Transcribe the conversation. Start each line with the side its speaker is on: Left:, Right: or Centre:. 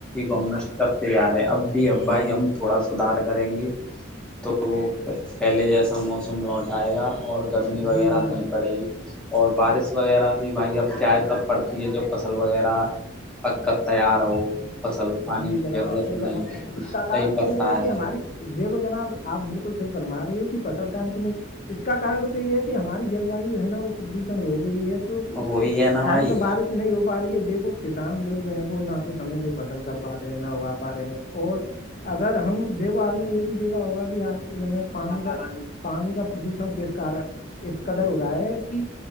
Centre: ہم نشٹ کرتے جا رہے ہیں اب ا بھائی ہم تھوڑا سدھار کریں گے تو وہ
Left: جی ج
Centre: پہلے جیسا موسم لوٹ آئے گا اور گرمی وغیرہ
Left: جی جناب
Centre: نہیں پڑے گی اور بارش وغیرہ بھی بھائی اب کیا ہے تب پڑتی ہے جب فصل وغیرہ پک کر تیار ہو فصل پانی
Left: جی
Centre: کی
Left: جناب
Centre: ضرورت
Left: آب صحیح
Centre: نہیں
Left: فما
Centre: ہے
Left: اس کا
Centre: صحیح
Left: کارن
Centre: پڑتا
Left: تو یہ ہے کہ ہماری دیکھو جناب آپ بالکل صحی فما رہی ہو کہ فصل م س اس کا کن تو یہ ہے کہ ہماری جل وایو ہے نا وہ پردوشن ہو گئی ہے تو اس
Centre: وہی
Left: سے
Centre: ہے نا
Left: ٹائم
Centre: بھائی
Left: پہ بارش نہیں ہو پا رہی ہے دیکھو کسان لوگ ہیں وہ نہ تو سمے سے پ ل کر بات رہے نہ ہوا پا رہے ہیں اور اگر ہم دیکھو آپ نے یہ بھی دیکھا ہوگا کہ آج کے سمے میں پانی کا پانی کا پردوشن کس کارن اس قدر ہو رہا ہے کہ